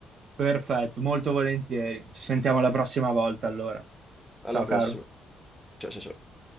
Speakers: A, on the right; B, in the centre.
A: Perfetto, molto volentieri. Ci sentiamo la prossima volta allora.
B: Alla
A: Ciao
B: prossima.
A: caro.
B: Ciao ciao ciao.